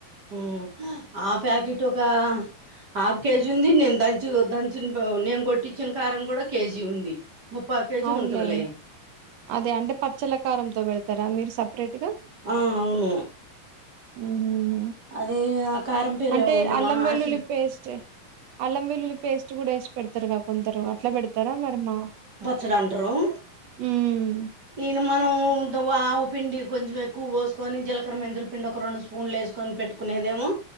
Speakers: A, on the right; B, on the right.
A: ఉమ్ ఆ ఫాకిట్ ఒక హాఫ్ కేజీ ఉంది నేను దంచ దంచిన నేను కొట్టించిన కారం కూడా కేజీ ఉంది ముప్పై కేజీ
B: అవునులే
A: ఉంటదిలే
B: అదే అంటే పచ్చల కారంతో పెడతారా మీరు సపరేట్ గా
A: ఆ అవును
B: హ్మ్
A: అదే కారంపేరు
B: అంటే
A: ఉండమా
B: అల్లం
A: ఆశిర్వా
B: వెల్లుల్లి పేస్ట్ అల్లం విల్లుల్లి పేస్ట్ కూడా వేసి పెడతారుగా కొందరు అట్లా పెడతారా మరి మా
A: చినడ్రోం
B: హ్మ్
A: ఇనా మనము వావ్ పిండి కొంచం ఏక ఉవ్ వొస్కొని జీకర మెంతుల్ పిండి ఒక రెండు స్పూన్లు ఏసుకొని పెట్టుకునేదేమో.